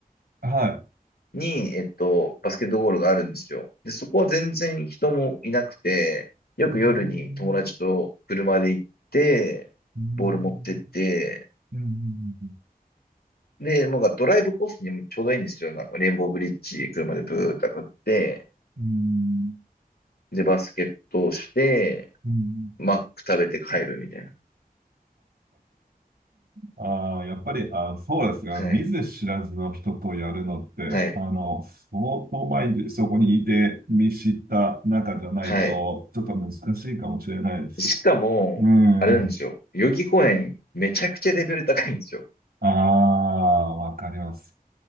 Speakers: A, on the right; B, on the left.
A: はい。
B: に、えっと、バスケットゴールがあるんですよ。で、そこは全然人もいなくて、よく夜に友達と車で行って、
A: うーん、うーん、
B: ボール持ってって、
A: うーん、
B: で、なんかドライブコースにもちょうどいいんですよ。なんかレインボーブリッジ、車でブーって当たって、
A: うーん、
B: で、バスケットをして、
A: うーん。
B: マック食べて帰るみたいな。
A: ああ、やっぱり、あ、そうですが、
B: はい。
A: 見ず知らずの人とやるのって、
B: はい。
A: あの、相当前にそこにいて見知った仲じゃないと、
B: はい。
A: ちょっと難しいかもしれないですし。
B: しかも、
A: うん。
B: あれなんですよ。代々木公園、めちゃくちゃレベル高いんですよ。
A: ああ、わかります。